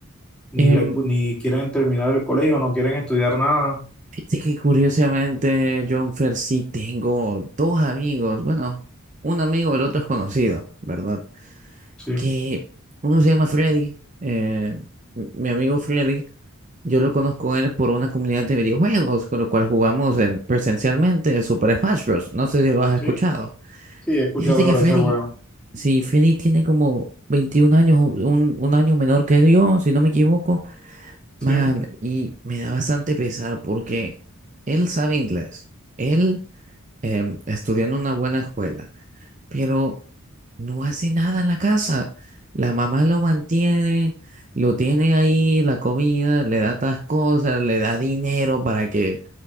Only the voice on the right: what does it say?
Em,
fíjate que curiosamente, John Fer, sí tengo dos amigos, bueno, un amigo, el otro es conocido, ¿verdad?
Que uno se llama Freddy, eh, m- mi amigo Freddy. Yo lo conozco a él por una comunidad de videojuegos, con lo cual jugamos en, presencialmente Super Smash Bros. No sé si lo has
escuchado.
Y fíjate
que Freddy,
si Freddy tiene como 21 años, un, un año menor que yo, si no me equivoco, man,
y me da bastante pesar porque él sabe inglés, él em, estudió en una buena escuela pero no hace nada en la casa. La mamá lo mantiene, lo tiene ahí, la comida, le da tas cosas, le da dinero para que,